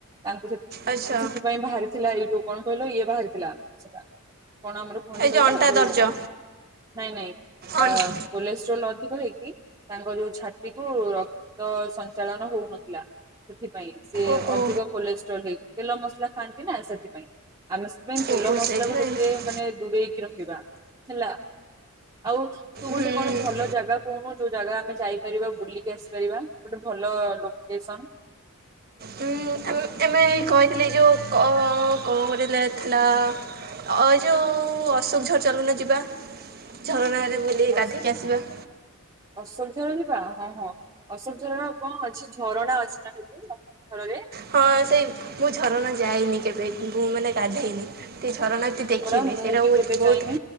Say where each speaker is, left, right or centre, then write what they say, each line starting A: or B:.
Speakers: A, on the right; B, on the right.
A: ତାଙ୍କୁ ସେ
B: ଆଚ୍ଛା
A: ସେଥିପାଇଁ ବାହାରିଥିଲା ଏଇ ଯୋଉ କଣ କହିଲ ଇଏ ବାହାରିଥିଲା ସେଟା କଣ ଆମର କୁହନ୍ତି କହିଲ
B: ଯେଉଁ ଅଣ୍ଟା
A: ଏଇ ଯୋଉ
B: ଦରଜ
A: ନାଇଁ ନାଇଁ
B: ଅନ୍
A: କୋଲେଷ୍ଟ୍ରୋଲ ଅଧିକ ହେଇକି ତାଙ୍କ ଯୋଉ ଛାତିକୁ ରକ୍ତ ସଞ୍ଚାଳନ ହଉନଥିଲା। ସେଥିପାଇଁ ସିଏ
B: ଓହୋ
A: ଅଧିକ କୋଲେଷ୍ଟ୍ରଲ ହେଇକି ତେଲ ମସଲା ଖାଆନ୍ତିନା ସେଥିପାଇଁ। ଆମେ ସେଥିପାଇ ତେଲ
B: ଓହୋ
A: ମସଲାକୁ
B: ସେଇଥିପାଇଁ
A: ଯେତେ ମାନେ ଦୂରେଇକି ରହିବା ହେଲା। ଆଉ ତୁ
B: ହୁଁ
A: ଗୋଟେ କଣ ଭଲ ଜାଗା କହୁନୁ ଯୋଉ ଜାଗା ଆମେ ଯାଇପାରିବା ବୁଲିକି ଆସିପାରିବା। ଗୋଟେ ଭଲ ଲୋକେସନ୍।
B: ହୁଁ ଆମେ ଆମେ କହିଥିଲି ଯୋଉ କ କଣ ଗୋଟେ ଜାଗା ଥିଲା। ଅ ଯୋଉ ଅଶୋକଝର ଚାଲୁନୁ ଯିବା ଝରଣାରେ ବୁଲିକି
A: ଅଶ୍
B: ଗାଧେଇକି ଆସିବା।
A: ଅଶୋକ ଝର ଯିବା ହଁ ହଁ। ଅଶୋକ ଝରରେ କଣ ଅଛି ଝରଣା ଅଛିନା ଖାଲି ଅଶୋକ ଝରରେ।
B: ହଁ ସେଇ ମୁଁ ଝରଣା ଯାଇନି କେବେ ମୁଁ ମାନେ ଗାଧେଇନି। ଝରଣା
A: ହଁ
B: ଦେଖିନି
A: ପରା ମୁଁ
B: ସେଇଟା
A: ବି
B: ମୁ
A: କେବେ
B: ବହୁତ୍
A: ଯାଇନି